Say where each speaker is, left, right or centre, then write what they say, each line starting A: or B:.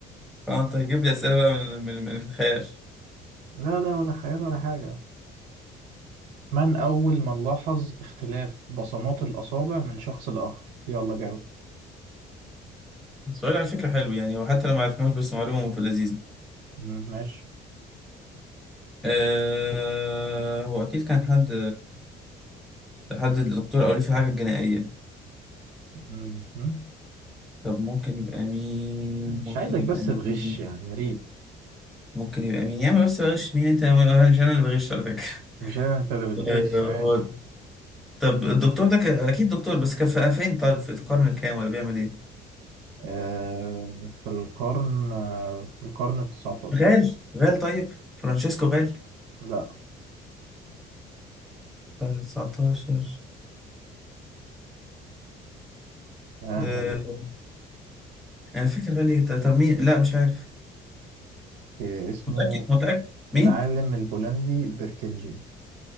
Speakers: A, in the centre; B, on the right (about 85°).
A: فانت هتجيب لي اسئله بقى من من, من الخيال
B: لا لا ولا خيال ولا حاجة من أول من لاحظ اختلاف بصمات الأصابع من شخص لآخر يلا جاوب
A: السؤال على فكره حلو يعني وحتى لو ما عرفناهوش بس معلومه في اللذيذ
B: مم، ماشي
A: أه هو اكيد كان حد حد الدكتور او ليه في حاجه جنائيه
B: مم، مم.
A: طب ممكن يبقى مين
B: مش
A: ممكن
B: عايزك
A: يبقى
B: بس
A: مين
B: تغش يعني يا ريت
A: ممكن يبقى مين يا عم بس بغش مين انت انا مش انا اللي بغش على فكره
B: مش أنا أنت اللي
A: <laughs>
B: بتغش
A: أه
B: ماشي
A: هو- طب الدكتور ده ك... اكيد دكتور بس كان في- فين طيب في القرن الكام ولا بيعمل ايه
B: آه، في القرن آه، في القرن التسعتاشر
A: غال غال طيب فرانشيسكو غال
B: لا
A: قرن 19
B: آه،
A: آه، انا فاكر غالي طب طب مين لا مش عارف
B: آه، اسمه
A: أنت متأكد متأكد مين
B: العالم البولندي بيركنجي